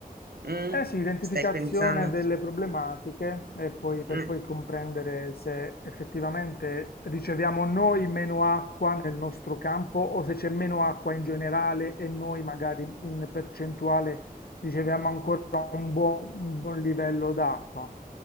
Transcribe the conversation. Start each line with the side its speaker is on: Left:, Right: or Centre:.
Right: Mm,
Left: Eh sì, identificazione
Right: Stai pensando?
Left: delle problematiche e poi per
Right: Mm,
Left: poi comprendere se effettivamente riceviamo noi meno acqua nel nostro campo o se c'è meno acqua in generale e noi magari in percentuale riceviamo ancora un buon, un buon livello d'acqua.